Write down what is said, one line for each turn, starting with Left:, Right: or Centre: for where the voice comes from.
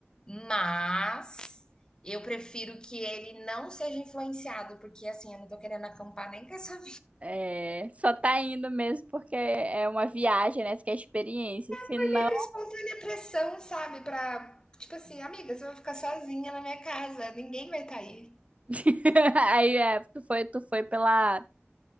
Left: Mas eu prefiro que ele não seja influenciado, porque assim, eu não tô querendo acampar nem com essa
Right: É, só tá indo mesmo porque é uma viagem, né? Isso que é experiência. Se
Left: Foi
Right: não,
Left: livre, espontânea pressão, sabe? Pra, tipo assim, amiga, você vai ficar sozinha na minha casa, ninguém vai estar aí.
Right: <laughs> aí é, tu foi, tu foi pela.